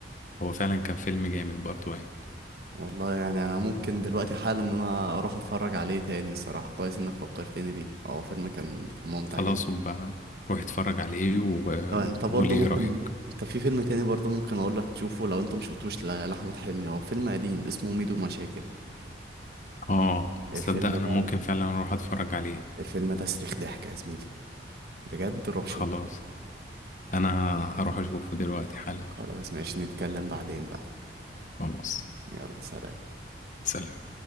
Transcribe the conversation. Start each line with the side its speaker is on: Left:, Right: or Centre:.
Left: هو فعلا كان فيلم جامد برضه يعني
Right: والله يعني انا ممكن دلوقتي حالا ان انا اروح اتفرج عليه تاني الصراحه كويس انك فكرتني بيه اه فيلم كان كان ممتع
Left: خلاص
Right: جدا
Left: وبقى روح اتفرج عليه و-
Right: انت انت برضه
Left: وقولي ايه
Right: ممكن
Left: رأيك
Right: انت في فيلم تاني برضه ممكن اقول لك تشوفه لو انت مش شفتوش ل- لاحمد حلمي هو فيلم قديم اسمه ميدو مشاكل
Left: اه
Right: الفيلم
Left: تصدق انا
Right: ده
Left: ممكن فعلا اروح اتفرج عليه
Right: الفيلم ده صريخ ضحك يا زميلي بجد روح
Left: خلاص
Right: شوف
Left: انا هروح اشوفه دلوقتي حالا
Right: خلاص ماشي نتكلم بعدين بقى
Left: خلاص
Right: يلا سلام
Left: سلام